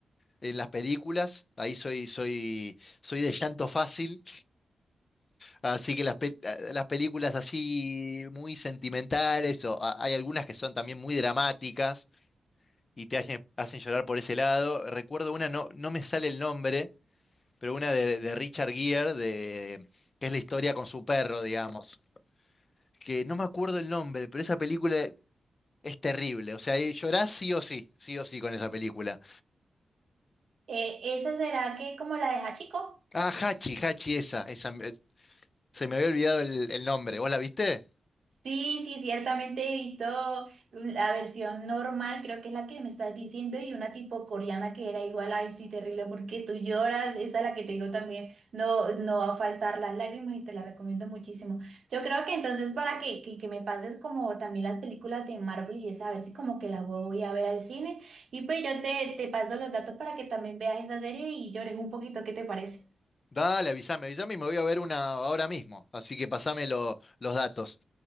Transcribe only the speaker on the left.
en las películas, ahí soy, soy, soy de llanto fácil. Así que las, pel- ah, las películas así muy sentimentales, o a- hay algunas que son también muy dramáticas y te hacen, hacen llorar por ese lado. Recuerdo una, no, no me sale el nombre, pero una de, de Richard Gere, de, que es la historia con su perro, digamos. Que no me acuerdo el nombre, pero esa película es terrible. O sea, eh, llorás sí o sí, sí o sí con esa película.
Ah, Hachi, Hachi esa, esa, me- se me había olvidado el, el nombre. ¿Vos la viste?
Dale, avísame, avísame y me voy a ver una ahora mismo. Así que pasame lo- los datos.